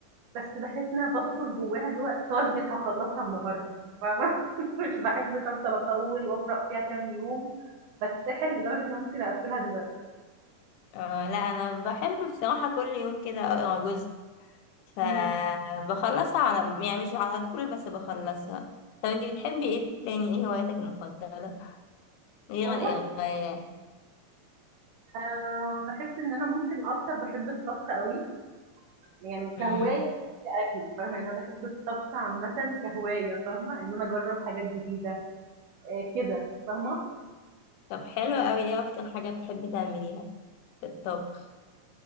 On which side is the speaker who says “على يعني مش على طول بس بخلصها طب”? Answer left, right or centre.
Left